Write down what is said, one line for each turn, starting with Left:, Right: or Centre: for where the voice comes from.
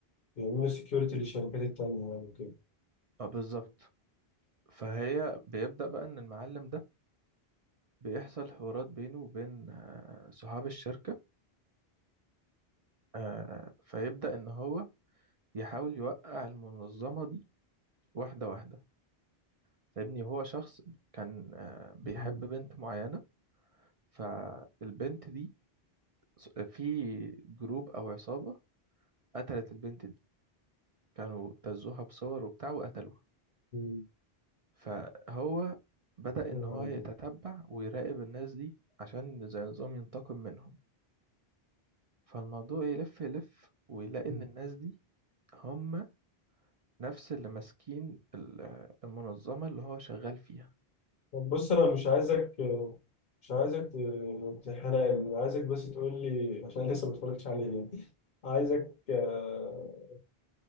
Left: بيعملوا سكيورتي للشركات التانية يعني وكده
Right: بالظبط فهي بيبدأ بقى إن المعلم ده بيحصل حوارات بينه وبين آه، صحاب الشركة آه، فيبدأ إن هو يحاول يوقع المنظمة دي واحدة واحدة فاهمني هو شخص كان آه، بيحب
Left: مم.
Right: بنت معينة فالبنت دي ص- في جروب أو عصابة قتلت البنت دي كانوا ابتزوها بصور وبتاع وقتلوها
Left: مم.
Right: فهو بدأ
Left: يا
Right: إن
Left: نهار
Right: هو يتتبع
Left: أبيض.
Right: ويراقب الناس دي عشان زي نظام ينتقم منهم فالموضوع يلف يلف ويلاقي
Left: مم.
Right: إن الناس دي هم نفس اللي ماسكين ال- المنظمة اللي هو شغال فيها
Left: طب بص أنا مش عايزك مش عايزك ت- تحرقني عايزك بس تقول لي عشان أنا لسه ما اتفرجتش عليه يعني عايزك آه،